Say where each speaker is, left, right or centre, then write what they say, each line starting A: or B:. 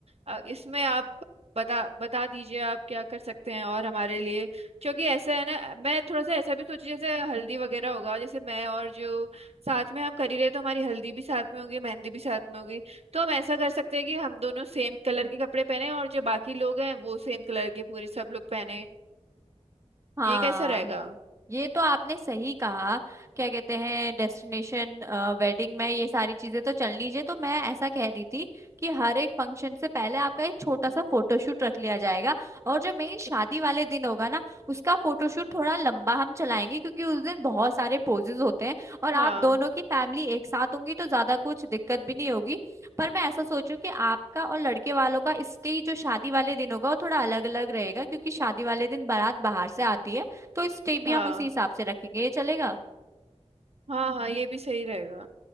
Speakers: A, on the right; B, on the right.
A: अ, इसमें आप बता बता दीजिए आप क्या कर सकते हैं और हमारे लिए क्योंकि ऐसा है ना मैं थोड़ा सा ऐसा भी सोची जैसे हल्दी वगैरह होगा जैसे मैं और जो साथ में हम कर ही रहे तो हमारी हल्दी भी साथ में होगी मेहंदी भी साथ में होगी तो हम ऐसा कर सकते हैं कि हम दोनों सेम कलर के कपड़े पहने और जो बाकी लोग हैं वो सेम कलर के पूरे सब लोग पहने
B: हाँ
A: ये कैसा रहेगा
B: ये तो आपने सही कहा क्या कहते हैं डेस्टिनेशन वेडिंग में ये सारी चीजें तो चलनी चाहिए तो मैं ऐसा कह रही थी कि हर एक फंक्शन से पहले आपका एक छोटा सा फोटोशूट रख लिया जाएगा और जो मेन शादी वाले दिन होगा ना उसका फोटोशूट थोड़ा लंबा हम चलाएंगे क्योंकि उस दिन बहुत सारे पोजेज होते हैं और आप
A: हाँ
B: दोनों की फैमिली एक साथ होंगी तो ज्यादा कुछ दिक्कत भी नहीं होगी पर मैं ऐसा सोचूं कि आपका और लड़के वालों का स्टेज जो शादी वाले दिन होगा वो थोड़ा अलग अलग रहेगा क्योंकि शादी वाले दिन बारात बाहर से आती है तो स्टेप भी
A: हाँ
B: हम उसी हिसाब से रखेंगे ये चलेगा
A: हाँ हाँ ये भी सही रहेगा